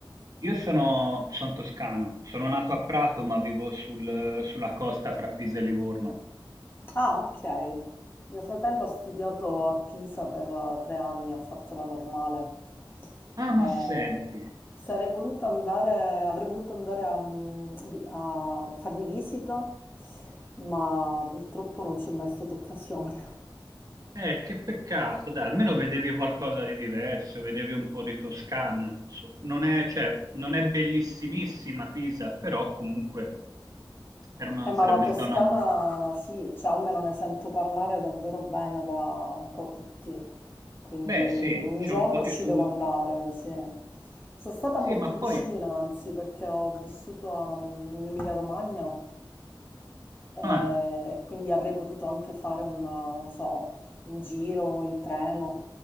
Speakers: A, on the right; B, on the left.
A: Io sono, son toscano, sono nato a Prato, ma vivo sul- sulla costa fra Pisa e Livorno.
B: Ah, ok. Mio fratello ha studiato a Pisa per eh, tre anni, ha fatto la normale.
A: Ah,
B: Eh,
A: ma senti,
B: sarei voluta andare, avrei voluto andare a, mm, vi- a fargli visita, ma purtroppo non c'è mai stata occasione.
A: eh, che peccato, dai, almeno vedevi qualcosa di diverso, vedevi un po' di Toscana, insomma. non è, cioè, non è bellissimissima Pisa, però comunque era una-
B: Eh, ma
A: sarebbe
B: la Toscana
A: stata una...
B: sì, cioè almeno ne sento parlare davvero bene da un po' tutti, quindi
A: Beh, sì,
B: un
A: c'è
B: giorno
A: un po' di
B: ci
A: tutto.
B: devo andare, sì. Sono stata
A: Sì,
B: molto
A: ma
B: vicina,
A: poi,
B: anzi, perché ho vissuto a- in Emilia-Romagna e
A: ah,
B: quindi avrei potuto anche fare un, non so, un giro in treno,